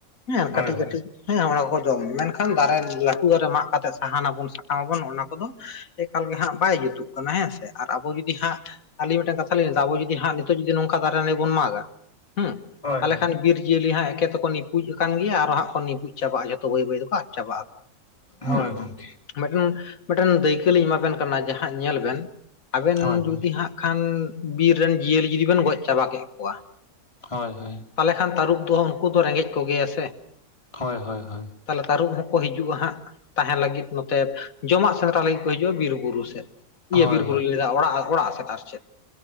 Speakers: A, on the left; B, on the left.
A: ᱦᱮᱸᱻ
B: ᱦᱳᱭ
A: ᱠᱟᱹᱴᱤᱡ-ᱠᱟᱹᱴᱤᱡ
B: ᱦᱳᱭ
A: ᱾ ᱦᱮᱸᱻ ᱚᱱᱟᱠᱚ ᱡᱚᱢ ᱢᱮᱱᱠᱷᱟᱱ ᱫᱟᱨᱮ ᱞᱟᱹᱴᱣᱟᱹ ᱫᱟᱨᱮ ᱢᱟᱜ ᱠᱟᱛᱮᱜ ᱥᱟᱦᱟᱱ ᱟᱵᱚᱱ, ᱥᱟᱠᱟᱢ ᱟᱵᱚᱱ ᱚᱱᱟ ᱠᱚᱫᱚ, ᱮᱠᱟᱞ ᱜᱮ ᱦᱟᱸᱜ ᱵᱟᱭ ᱡᱩᱛᱩᱜ ᱠᱟᱱᱟ ᱦᱮᱸ ᱥᱮ ᱟᱨ ᱟᱵᱚ ᱡᱩᱫᱤ ᱦᱟᱸᱜ, ᱟᱹᱞᱤᱧ ᱢᱤᱫᱴᱟᱹᱝ ᱠᱟᱛᱷᱟᱞᱤᱧ ᱞᱟᱹᱭᱫᱟ, ‌ᱟᱵᱚ ᱡᱩᱫᱤ ᱦᱟᱸᱜ ᱱᱤᱛᱚᱜ ᱡᱩᱫᱤ ᱱᱚᱝᱠᱟ ᱫᱟᱨᱮ ᱱᱟᱹᱲᱤ ᱵᱚᱱ ᱢᱟᱜᱟ ᱦᱮᱸ
B: ᱦᱳᱭ
A: ᱛᱟᱦᱚᱞᱮ ᱠᱷᱟᱱ ᱵᱤᱨ, ᱡᱤᱭᱟᱹᱞᱤ ᱦᱟᱜ ᱮᱠᱮ ᱛᱮᱠᱚ ᱱᱤᱯᱩᱡ ᱟᱠᱟᱱ ᱜᱮ ᱟᱨᱚᱟᱸᱜ ᱠᱚ ᱱᱤᱯᱩᱡ ᱪᱟᱵᱟ ᱡᱚᱛᱚ ᱵᱟᱹᱭ-ᱵᱟᱹᱭ ᱛᱮᱠᱚ ᱟᱫ ᱪᱟᱵᱟ ᱟᱠᱚ ᱾ ᱦᱮᱸ
B: ᱦᱳᱭ, ᱜᱚᱝᱠᱮ
A: ᱢᱤᱫᱴᱮᱱ-ᱢᱤᱫᱴᱮᱱ ᱫᱟᱹᱭᱠᱟᱹ ᱞᱤᱧ ᱮᱢᱟᱵᱮᱱ ᱠᱟᱱᱟ ᱡᱟᱦᱟᱸ ᱧᱮᱞ ᱵᱮᱱ, ᱟᱵᱮᱱ
B: ᱦᱳᱭ ᱦᱳᱭ
A: ᱡᱩᱫᱤ ᱦᱟᱸᱜ ᱠᱷᱟᱱ ᱵᱤᱨ ᱨᱮᱱ ᱡᱤᱭᱟᱹᱞᱤ ᱡᱩᱫᱤ ᱵᱮᱱ ᱜᱚᱡ ᱪᱟᱵᱟ ᱠᱮᱫ ᱠᱚᱣᱟ ᱾
B: ᱦᱳᱭ ᱦᱳᱭ ᱦᱳᱭ
A: ᱛᱟᱦᱚᱞᱮ ᱠᱷᱟᱱ ᱛᱟᱹᱨᱩᱵ ᱫᱚᱦ ᱩᱱᱠᱩ ᱫᱚ ᱨᱮᱸᱜᱮᱡ ᱠᱚᱜᱮᱭᱟ ᱥᱮ?
B: ᱦᱳᱭ-ᱦᱳᱭ, ᱦᱳᱭ ᱾
A: ᱛᱟᱦᱚᱞᱮ ᱛᱟᱹᱨᱩᱵ ᱦᱚᱸᱠᱚ ᱦᱤᱡᱩᱜᱼᱟ ᱦᱟᱸᱜ ᱛᱟᱦᱮᱱ ᱞᱟᱹᱜᱤᱫ ᱱᱚᱛᱮ ᱡᱚᱢᱟᱜ ᱥᱮᱸᱫᱽᱨᱟ ᱞᱟᱹᱜᱤᱫ ᱠᱚ ᱦᱤᱡᱩᱜᱼᱟ ᱵᱤᱨ-ᱵᱩᱨᱩ ᱥᱮᱫ ᱾
B: ᱦᱳᱭ
A: ᱤᱭᱟᱹ ᱵᱤᱨ-ᱵᱩᱨᱩᱧ ᱞᱟᱹᱭᱫᱟ ᱚᱲᱟᱜ, ᱚᱲᱟᱜ ᱥᱮᱫ ᱟᱨ ᱪᱮᱫ